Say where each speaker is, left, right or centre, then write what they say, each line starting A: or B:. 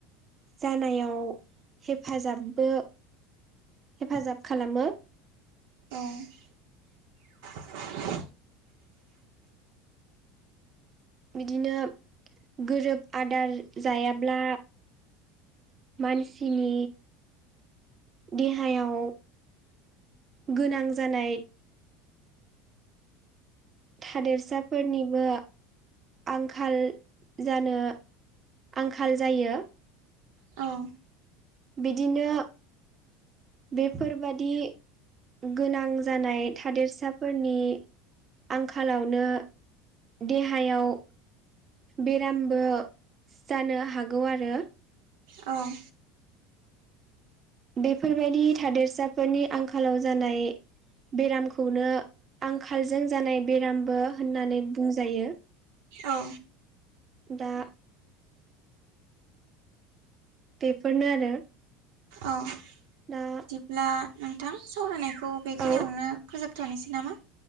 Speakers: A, on the right; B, on the right.
A: जानायाव हेफाजाबबो हेफाजाब खालामो
B: औ
A: बिदिनो गोरोब आदार जायाब्ला मानसिनि देहायाव गोनां जानाय थादेरसाफोरनिबो आंखाल जानो आंखाल जायो
B: औ
A: बिदिनो बेफोरबादि गोनां जानाय थादेरसाफोरनि आंखालावनो देहायाव बेरामबो जानो हागौ आरो
B: औ
A: बेफोरबायदि थादेरसाफोरनि आंखालाव जानाय बेरामखौनो आंखालजों जानाय बेरामबो होननानै बुंजायो
B: औ
A: दा बेफोरनो आरो
B: औ बिदिब्ला
A: दा
B: नोंथां सावरायनायखौ बेखिनियावनो
A: औ
B: फोजोबथ'नोसै नामा